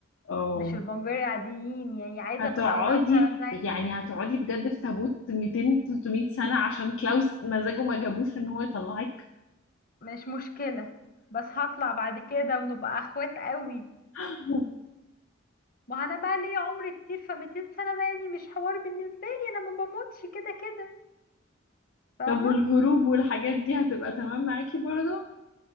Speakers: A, on the left (about 85°); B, on the left (about 45°).
A: اه
B: مش الفامباير العاديين يعني عايزة
A: هتقعدي
B: ابقى مثلا زي
A: في- يعني هتقعدي بجد في تابوت 200 300 سنة عشان كلاوس مزاجه ما جابوش ان هو يطلعك
B: مش مشكلة بس هطلع بعد كده ونبقى اخوات قوي
A: <laughs>
B: ما انا بقى ليا عمر كتير ف 200 سنة ده يعني مش حوار بالنسبة لي انا ما بموتش كده كده فاهمة
A: طب والهروب والحاجات دي هتبقى تمام معاكي برضه